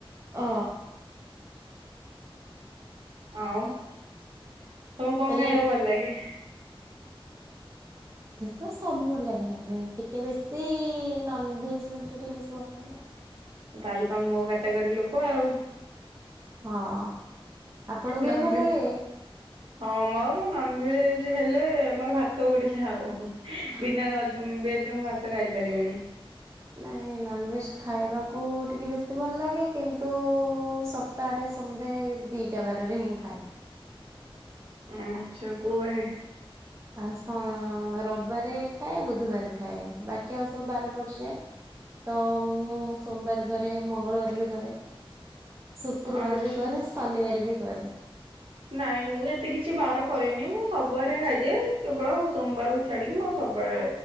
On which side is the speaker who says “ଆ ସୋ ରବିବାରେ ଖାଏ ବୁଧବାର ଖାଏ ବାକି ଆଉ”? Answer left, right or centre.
Right